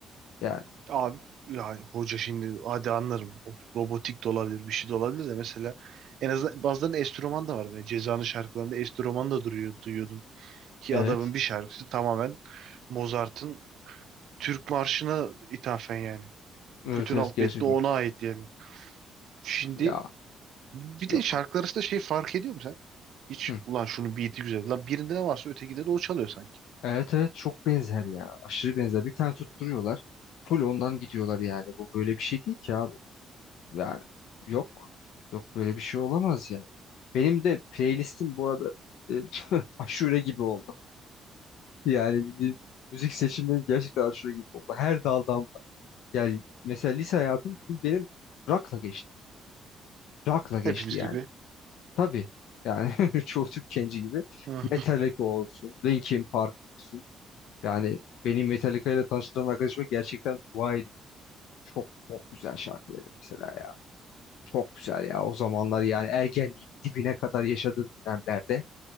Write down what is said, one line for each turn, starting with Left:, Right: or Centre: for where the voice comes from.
Left: Yani
Right: Abi ya hoca şimdi hadi anlarım. O robotik de olabilir, bir şey de olabilir de mesela en azından bazılarının enstrüman da vardı. Yani Ceza'nın şarkılarında enstrüman da duruyor, duyuyordum. Ki
Left: evet.
Right: adamın bir şarkısı tamamen Mozart'ın Türk Marşı'na ithafen yani.
Left: Evet
Right: Bütün
Left: evet
Right: alt
Left: gerçekten.
Right: metni ona ait yani. Şimdi
Left: Ya
Right: Bir
Left: yok.
Right: de şarkılar arasında şey fark ediyor mu sen? Hiç
Left: Hı.
Right: ulan şunu beat'i güzel. Lan birinde ne varsa ötekinde de o çalıyor sanki.
Left: Evet evet çok benzer ya. Aşırı benzer. Bir tane tutturuyorlar. Full ondan gidiyorlar yani. Bu böyle bir şey değil ki abi. Ya yok. Yok böyle bir şey olamaz ya. Benim de playlistim bu arada e, <laughs> aşure gibi oldu. Yani bildiğin müzik seçimlerim gerçekten aşure gibi oldu. Her daldan var. yani mesela lise hayatım full benim rock'la geçti. Rock'la geçti
Right: Hepimiz
Left: yani.
Right: gibi.
Left: Tabii yani <laughs> çoğu Türk genci gibi
Right: <laughs> Hı.
Left: Metallica olsun, Linkin Park olsun. Yani beni Metallica ile tanıştıran arkadaşıma gerçekten dua ediyorum. Çok çok güzel şarkıları mesela. Çok güzel ya o zamanlar yani ergenliğin dibine kadar yaşadığım dönemlerde